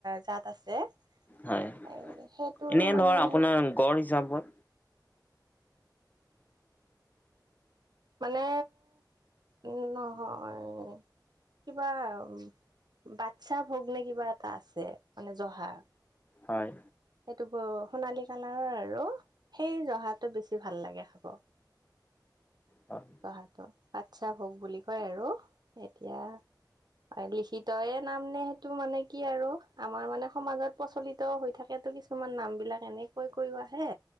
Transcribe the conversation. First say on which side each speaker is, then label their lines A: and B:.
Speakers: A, on the right (about 65°); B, on the left (about 20°).
A: জাত আছে। এ
B: হয়
A: সেইটোৰো
B: এনে
A: মানে
B: ধৰ আপোনাৰ গড় হিচাপত <inaudible>
A: মানে উ নহয় কিবা উ বাচ্ছা ভোগ নে কিবা এটা আছে মানে জহা।
B: হয়।
A: সেইটো ব সোণালী কালাৰৰ আৰু, সেই জহাটো বেছি ভাল লাগে খাব।
B: অহ।
A: জহাটো বাচ্ছা ভোগ বুলি কয় আৰু এতিয়া হয় লিখিতয়ে নাম নে সেইটো মানে কি আৰু, আমাৰ মানে সমাজত প্ৰচলিত হৈ থাকেতো কিছু মান নামবিলাক এনেই কৈ কৈও আহে,